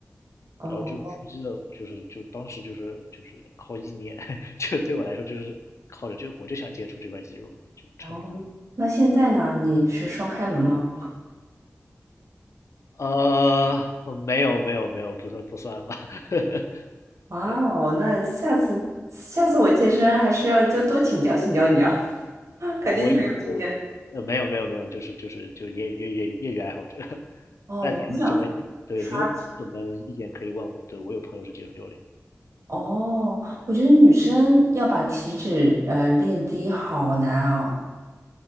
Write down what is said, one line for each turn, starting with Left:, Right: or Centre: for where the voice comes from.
Right: 哦
Left: 然后就腹肌的，就是就当时就是就是靠意念，<laughs> 就对我来说就是靠着就我就想接触这块肌肉，就撑着。
Right: 哦，那现在呢？你是双开门吗？
Left: 呃，呃没有没有没有，不算不算吧。<laughs>
Right: 哇哦，
Left: 对，
Right: 那下次下次我健身还是要就多请教请教你啊。<laughs> 感觉你很有经验。
Left: 呃，我也不会的呃，没有没有没有，就是就是就是业业业业余爱好者。<laughs>
Right: 哦，
Left: 那你有什么？
Right: 我很想
Left: 对你有什么意见可以问我？
Right: 刷脂。
Left: 对我有朋友是健身教练，
Right: 哦，我觉得女生要把体脂呃练低好难啊。